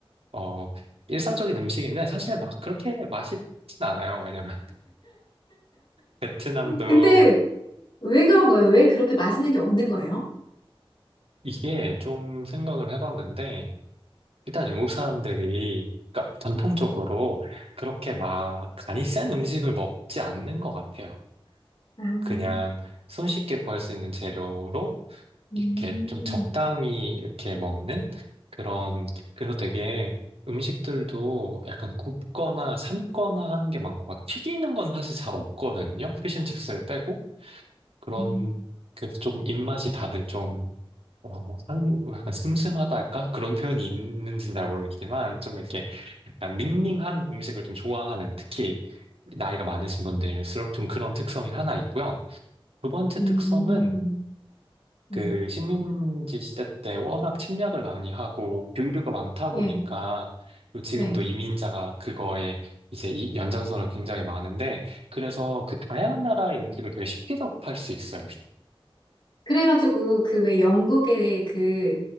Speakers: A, on the right; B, on the left.
A: 어, 일상적인 음식인데 사실 막 그렇게 맛있진 않아요. 왜냐면 <laughs> 베트남도
B: 근데 왜 그런 거예요? 왜 그렇게 맛있는 게 없는 거예요?
A: 이게 좀 생각을 해봤는데 일단 영국 사람들이 그러니까 전통적으로 그렇게 막 간이 센 음식을 먹지 않는 것 같아요.
B: 아, 음,
A: 그냥 손쉽게 구할 수 있는 재료로
B: 음,
A: 이렇게 좀 적당히 이렇게 먹는 그런, 그래서 되게 음식들도 약간 굽거나 삶거나 하는 게 많고, 막 튀기는 건 사실 잘 없거든요. 피쉬앤칩스를 빼고. 그런,
B: 음,
A: 그래서 좀 입맛이 다들 좀, 어, 한- 약간 슴슴하다 할까? 그런 표현이 있는지는 잘 모르겠지만, 좀 이렇게 약간 밍밍한 음식을 좀 좋아하는, 특히 나이가 많으신 분들일수록 좀 그런 특성이 하나 있고요. 두 번째
B: 음,
A: 특성은
B: 음.
A: 그 식민지 시대 때 워낙 침략을 많이 하고 교류가 많다 보니까
B: 예,
A: 또 지금도
B: 네.
A: 이민자가 그거에 이제 이 연장선을 굉장히 많은데 그래서 그 다양한 나라의 음식을 되게 쉽게 접할 수 있어요.
B: 그래가지고 그 왜 영국에 그